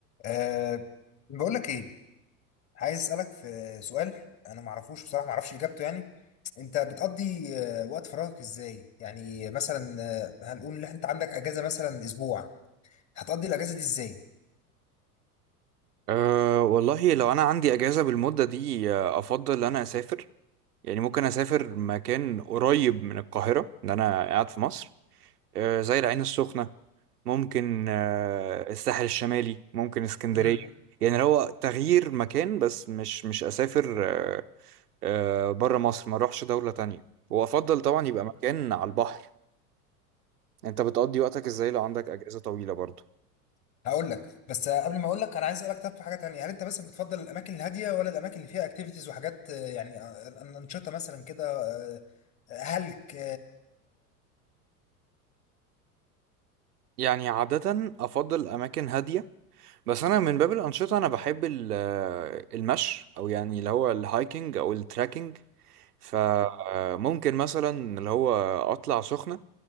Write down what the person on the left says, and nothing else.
أه بقول لك ايه عايز اسالك في سؤال انا ما اعرفوش بصراحه ما اعرفش اجابته يعني انت بتقضي آه، وقت فراغك ازاي يعني مثلا آه، هنقول ان انت عندك اجازه مثلا اسبوع هتقضي الاجازه دي ازاي
امم
هقول لك بس آه، قبل ما اقول لك انا عايز اسالك طب في حاجه تانية هل انت مثلا بتفضل الاماكن الهاديه ولا الاماكن اللي فيها اكتيفيتيز وحاجات آه، يعني آه، انشطه مثلا كده آه، هلك